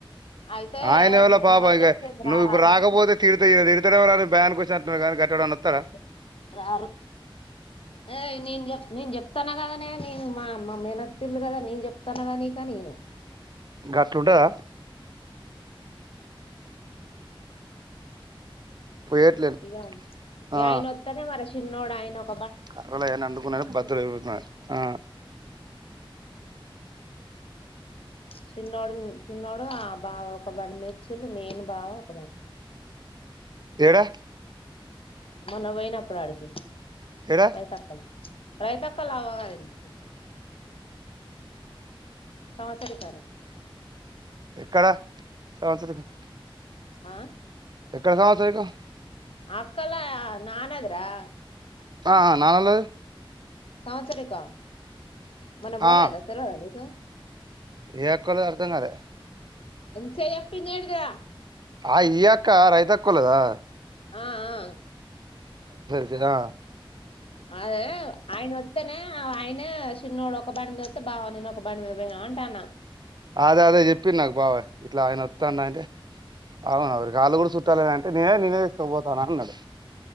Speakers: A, on the left; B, on the right.
A: అయితే
B: ఆయన ఎవలో పాప
A: ఎవరు
B: ఇగ
A: చెప్పింది
B: నువ్వు
A: రా
B: ఇప్పుడు
A: రాదని
B: రాకపోతే తిడితే తిడతారెమో ఎవళ అ బయానికిక్ వచ్చినట్ ఉన్నది కానీ గట్ట ఎవరన్న వస్తారా
A: అదే రారు ఏ నేను చెప్ నేను చెప్తాన్న కదనే నేను మా మా మేనత్తిల్లు కదా నేన్ చెప్తాన కదా నీక్ అని ఈమె
B: గట్లుంటదా పోయేట్లేను
A: ఇగ
B: ఆ
A: ఆయనొత్తేనే చిన్నోడయిన ఒ
B: కర్రలు అయన్ని అండుకున్నార బద్దలు ఎరుగుతున్నారు ఆ
A: చిన్నోడు చిన్నోడు ఆ బాగా ఒక బండి మీద వచ్చింలు నేను బావ <inaudible>
B: ఏడా
A: మొన్న పోయినప్పుడు ఆడికి
B: ఏడా
A: పై తప్పల్ రైతక్క వల్ల అవ్వగారింటికి సంవత్సరికానికి
B: ఎక్కడా సంవత్సరికం
A: ఆ
B: ఎక్కడ సంవత్సరికం
A: అక్కోలా నానాది రా
B: ఆ నానోల్లది
A: సంవత్సరికం మన బోలేదా
B: ఆ
A: తెల్వదా నీకు
B: ఏ ఎక్కోలదో అర్థం కాలే
A: ఇంతసేప్ చెప్పింది ఏంటిది రా
B: ఆ ఇయ్యక్క రైతక్కోళ్ళదా
A: ఆ ఆ
B: జనా
A: అదే ఆయన వొత్తేనే. ఆ వోలాయనే చిన్నోడు ఒక బండి మీద వొత్తే బావ నేను ఒక బండి మీద పోయినా అంటాన్న.
B: అదే అదే చెప్పిండ్ నాకు బావ. ఇట్లా ఆయన వతాన్డ్ అంటే అవున ఓరే కూడా చుట్టాలంటే అంటే నేనే నేనే తీస్కబోతానా అన్నడు.